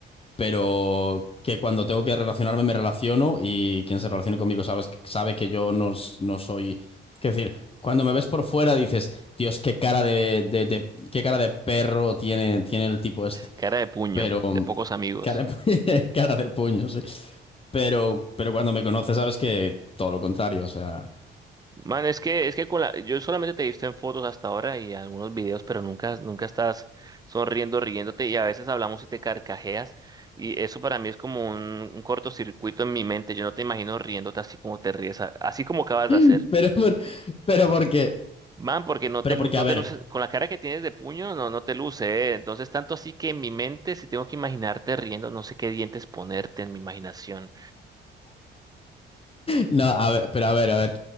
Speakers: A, on the left; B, on the right.
A: pero que cuando tengo que relacionarme me relaciono y quien se relacione conmigo sabes, sabe que yo no, s- no soy... Es decir, cuando me ves por fuera dices, Dios, qué cara de, de- de- qué cara de perro tiene, tiene el tipo este.
B: Cara de puño,
A: Pero...
B: de pocos amigos.
A: Cara de, pu- <laughs> cara de puño, sí. Pero, pero cuando me conoces sabes que todo lo contrario, o sea...
B: Man, es que, es que con la, yo solamente te he visto en fotos hasta ahora y algunos videos, pero nunca, nunca estás sonriendo, riéndote y a veces hablamos y te carcajeas y eso para mí es como un, un cortocircuito en mi mente. Yo no te imagino riéndote así como te ríes, a- así como acabas de hacer.
A: <laughs> Pero, por- pero porque...
B: Man, porque no
A: Pero
B: te, lu-
A: porque,
B: no
A: a ver...
B: te luces, con la cara que tienes de puño, no, no te luce, ¿eh? Entonces, tanto así que en mi mente, si tengo que imaginarte riendo, no sé qué dientes ponerte en mi imaginación.
A: No, a ver, pero a ver, a ver.